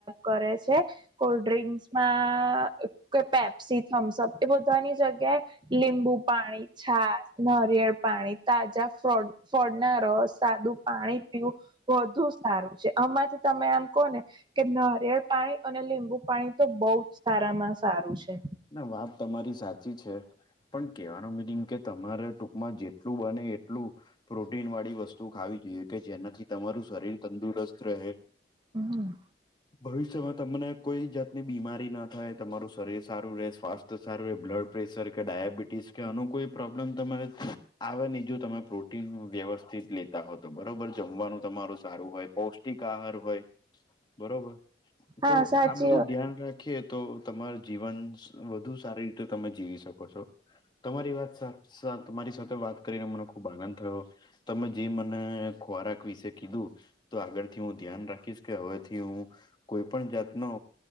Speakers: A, on the right; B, on the left.
A: કરે છે કોલ્ડ ડ્રિંક્સમાં પેપ્સી થમ્સઅપ એ બધાની જગ્યાએ લીંબુ પાણી છાસ નરિયેળ પાણી તાજા ફ ફોડના રસ સાદું પાણી પીવું વધુ સારું છે આમાંથી તમે આમ કોને કે નારિયેળ પાણી અને લીંબુ પાણી તો બહું જ સારામાં સારું છે
B: વાત તમારી છે પણ કેહેવાનું મિનિંગ કે તમારે ટૂંકમાં જેટલું બને એટલું પ્રોટીન વાળી વસ્તુ ખાવી જોઈએ કે જેનાથી તમારું શરીર તંદુરસ્ત રહે
A: હમ
B: ભવિષ્યમાં તમને કોઈ જાતની બીમારી ના થાય તમારું શરીર સારું રહે સ્વાસ્થ તો સારું એ બ્લડ પ્રેશર કે ડાયાબિટીસ કે અન કોઈ પ્રોબ્લેમ તમારે આવે ને જો તમે પ્રોટીન વ્યવસ્થિત લેતા હો હતો બરોબર જમવાનું તમારું સારું હોય પૌષ્ટિક આહાર હોય બરોબર
A: હા
B: તો
A: સાચી
B: આ બધું
A: વાત
B: ધ્યાન રાખીએ તો તમાર જીવન વધુ સારી રીતે તમે જીવી શકો છો તમારી વાત તમારી સાથે વાત કરીને મને ખુબ આનંદ થયો તમે જે મને ખોરાક વિશે કીધું તો આગળથી હું ધ્યાન રાખીશ કે હવે કે કોઈ પણ જાત નો